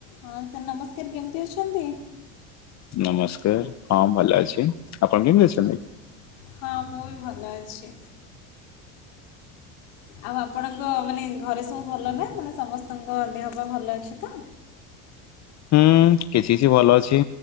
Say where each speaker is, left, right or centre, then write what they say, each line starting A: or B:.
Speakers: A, on the left; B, on the left.
A: ହଁ ସାର୍ ନମସ୍କାର କେମିତି ଅଛନ୍ତି?
B: ନମସ୍କାର ହଁ ଭଲ ଅଛି ଆପଣ କେମିତି ଅଛନ୍ତି?
A: ହଁ ମୁଁ ବି ଭଲ ଅଛି। ଆଉ ଆପଣଙ୍କ ମାନେ ଘରେ ସବୁ ଭଲ ନା ମାନେ ସମସ୍ତଙ୍କ ଦେହ ପା ଭଲ ଅଛି ତ?
B: ହୁଁ କିଛି କିଛି ଭଲ ଅଛି।